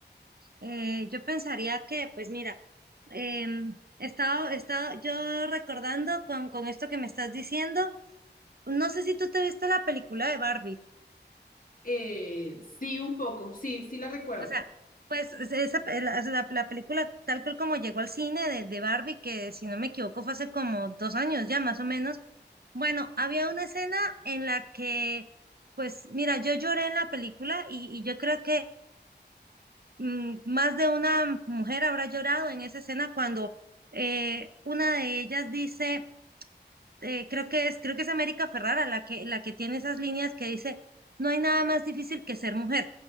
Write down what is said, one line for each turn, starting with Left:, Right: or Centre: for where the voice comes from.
Right: Eh, yo pensaría que, pues mira, em, he estado, he estado yo recordando con, con esto que me estás diciendo, no sé si tú te viste la película de Barbie,
Left: Eh, sí, un poco, sí, sí la recuerdo.
Right: o sea, pues es- esa, pe- la, la- la película tal cual como llegó al cine de, de Barbie, que si no me equivoco fue hace como dos años ya más o menos, bueno, había una escena en la que, pues mira, yo lloré en la película y, y yo creo que mm, más de una mujer habrá llorado en esa escena cuando eh, una de ellas dice eh, creo que es, creo que es América Ferrara la que, la que tiene esas líneas que dice, no hay nada más difícil que ser mujer,